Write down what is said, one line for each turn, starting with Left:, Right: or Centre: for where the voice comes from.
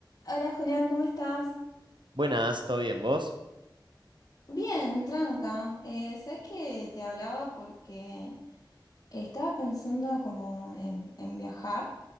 Left: Hola Julián, ¿cómo estás?
Right: Buenas, ¿todo bien? ¿Vos?
Left: Bien, tranca. Eh, ¿sabes que te hablaba porque estaba pensando como en, en viajar?